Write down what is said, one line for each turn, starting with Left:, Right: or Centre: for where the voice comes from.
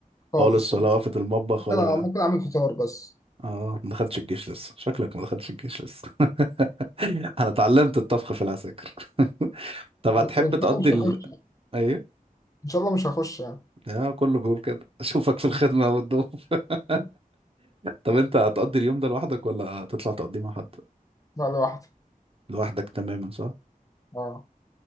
Right: خالص
Left: خالص والله
Right: ولا وقفة المطبخ ولا
Left: انا ممكن اعمل فطار بس
Right: اه ما دخلتش الجيش لسه شكلك ما دخلتش الجيش لسه <laughs> انا اتعلمت الطبخ في العساكر <laughs> طب هتحب
Left: وان شاء
Right: تقضي
Left: الله مش
Right: ال...
Left: هخش
Right: ايه
Left: ان شاء الله مش هخش يعني
Right: اه كله بيقول كده اشوفك في الخدمه والضيوف <laughs>
Left: <laughs>
Right: طب انت هتقضي اليوم ده لوحدك ولا هتطلع تقضيه مع حد
Left: لا لوحدي
Right: لوحدك تماما صح
Left: اه